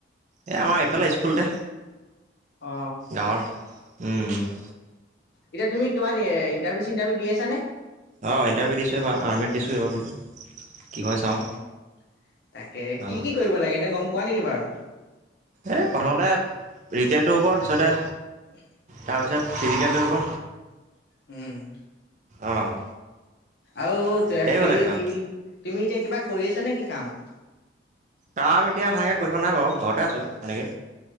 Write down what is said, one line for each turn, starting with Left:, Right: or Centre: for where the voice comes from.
Right: এই আমাৰ এইফালে স্কুলতে
Left: অ
Right: গাঁৱৰ, উমঁ' উমঁ।
Left: এতিয়া তুমি কিবা এ ইণ্টাৰভিউ চিটাৰভিউ দি আছা নে?
Right: অঁ' ইণ্টাৰভিউ দিছোঁ এবাৰ আৰ্মিত দিছোঁ এইবাৰ বোলো। কি হয়
Left: অঁ'
Right: চাওঁ
Left: তাকে,
Right: অঁ
Left: কি কি কৰিব লাগে এনে গম পোৱা নেকি বাৰু?
Right: এই প্ৰথমতে ৰিটাৰ্ণটো হ'ব তাৰপিছতে
Left: <unintelligible>
Right: তাৰপিছত ফিজিকেলটো হ'ব।
Left: উমঁ'।
Right: অঁ'।
Left: আৰু হেৰি
Right: সেইবিলাকে আৰু
Left: কি বুলি, তুমি এতিয়া কিবা কৰি আছা নেকি কাম?
Right: কাম এতিয়া সেনেকৈ কৰি থোৱা নাই বাৰু ঘৰতে আছোঁ সেনেকৈ।